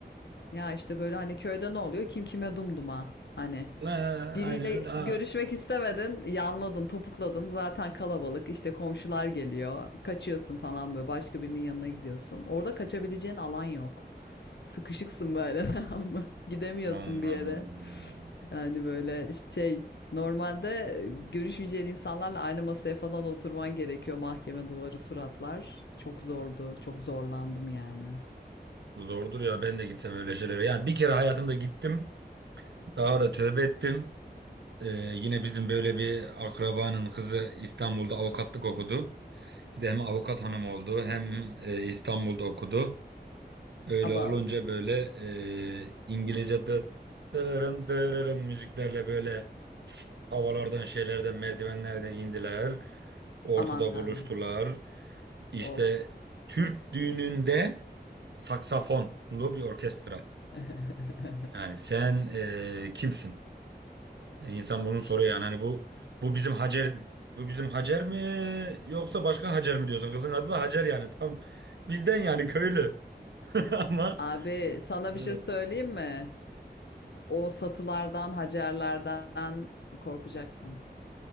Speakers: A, on the left; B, on the right.
A: Ya işte böyle hani köyde ne oluyor? Kim kime dumduma. Hani
B: Ha,
A: Biriyle
B: aynen öyle. Ha.
A: görüşmek istemedin, yanladın, topukladın. Zaten kalabalık. işte komşular geliyor. Kaçıyorsun falan böyle. Başka birinin yanına gidiyorsun. Orada kaçabileceğin alan yok. Sıkışıksın böyle <laughs> tamam mı? Gidemiyorsun
B: Allah'ım.
A: bir yere. Yani böyle şey normalde görüşmeyeceğin insanlarla aynı masaya falan oturman gerekiyor. Mahkeme duvarı suratlar. Çok zordu. Çok zorlandım yani.
B: Zordur ya ben de gitsem öyle şeylere. Yani bir kere hayatımda gittim. Daha da tövbe ettim. Ee, yine bizim böyle bir akrabanın kızı İstanbul'da avukatlık okudu. Bir de hem avukat hanım oldu hem e, İstanbul'da okudu. Öyle
A: Abav.
B: olunca böyle e, İngilizce dı, dırın müziklerle böyle havalardan şeylerden merdivenlerden indiler. Ortada
A: Aman tanrım.
B: buluştular. İşte
A: Of.
B: Türk düğününde saksafonlu bir orkestra.
A: <laughs>
B: Yani sen e, kimsin? E, İnsan bunu
A: İşte.
B: soruyor yani hani bu bu bizim Hacer bu bizim Hacer mi yoksa başka Hacer mi diyorsun? Kızın adı da Hacer yani tam bizden yani köylü. <laughs> Ama
A: Abi sana
B: e,
A: bir şey söyleyeyim mi? O satılardan, hacerlerden korkacaksın.